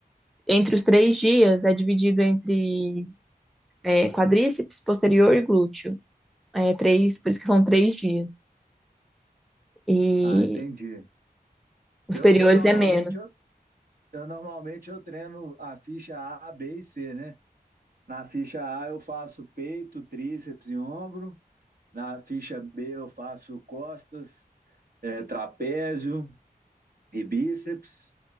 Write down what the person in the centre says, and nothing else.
entre os três dias é dividido entre é, quadríceps, posterior e glúteo. É três, por isso que são três dias. E
os
superiores
é menos.